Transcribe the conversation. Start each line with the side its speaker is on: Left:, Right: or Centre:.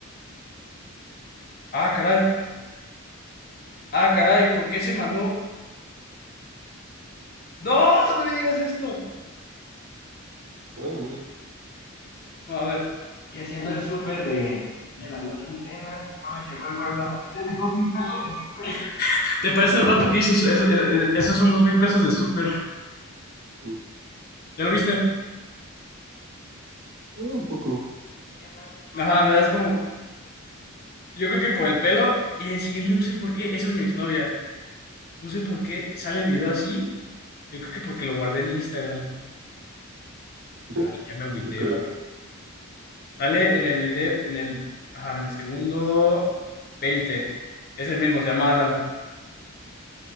Left: Ah, caray. Ah, caray. ¿Por qué se mandó? ¡No! ¡No me digas esto!
Right: Ah, mira.
Left: No, a ver. Y haciendo el súper de, de la no quincena, papá me llegó el reloj. Hice mis dos mil pesos de súper ¿Te parece el vato que dices? Eso, eh, eh, esos son dos mil pesos de súper.
Right: Mm,
Left: ¿Ya lo viste? de
Right: ah, un poco.
Left: quincena. Ajá, me das como. Yo creo que por el pelo. Y el siguiente, no sé por qué. Esa es mi exnovia. No sé por qué sale el video así. Yo creo que porque lo guardé en Instagram.
Right: <laughs>
Left: Chale, ya me agüité.
Right: Yo creo.
Left: va. Sale en el video, en el, ajá, en el segundo veinte Es el mismo, se llama Alan.